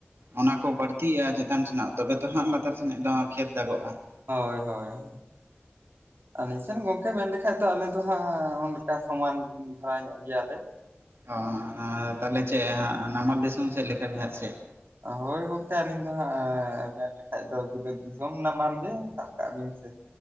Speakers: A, on the right (about 80°); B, on the right (about 65°).
A: ᱚᱱᱟ ᱠᱚ ᱵᱟᱹᱲᱛᱤᱜ-ᱟ ᱪᱮᱛᱟᱱ ᱥᱮᱱᱟᱜ, ᱛᱚᱵᱮ ᱛᱚ ᱦᱟᱸᱜ ᱞᱟᱛᱟᱨ ᱥᱮᱱᱟᱜ ᱫᱚ ᱠᱷᱮᱛ ᱫᱟᱹᱜᱚᱜ-ᱟ ᱾
B: ᱦᱳᱭ ᱦᱳᱭ᱾ ᱟᱹᱞᱤᱧ ᱥᱮᱱ ᱜᱚᱝᱠᱮ ᱢᱮᱱ ᱞᱮᱠᱷᱟᱡ ᱫᱚ ᱟᱞᱮ ᱫᱚ ᱦᱟᱸᱜ <unintelligible> ᱥᱚᱢᱟᱱ ᱫᱷᱟᱨᱟ ᱧᱚᱜ ᱜᱮᱭᱟᱞᱮ ᱾
A: ᱚ ᱛᱟᱞᱦᱮ ᱪᱮᱫ ᱦᱟᱸᱜ ᱱᱟᱢᱟᱞ ᱫᱤᱥᱚᱢ ᱥᱮᱫ ᱞᱮᱠᱟᱜᱮ <unintelligible> ᱪᱮᱫ?
B: ᱦᱳᱭ ᱜᱚᱝᱠᱮ ᱟᱹᱞᱤᱧ ᱫᱚ ᱦᱟᱸᱜ ᱢᱮᱱ ᱞᱮᱠᱷᱟᱡ ᱫᱚ ᱵᱤᱞᱟ. ᱛ ᱫᱤᱥᱚᱢ, ᱱᱟᱢᱟᱞ ᱜᱮ ᱥᱟᱵ ᱠᱟᱜ ᱵᱤᱱ ᱥᱮ᱾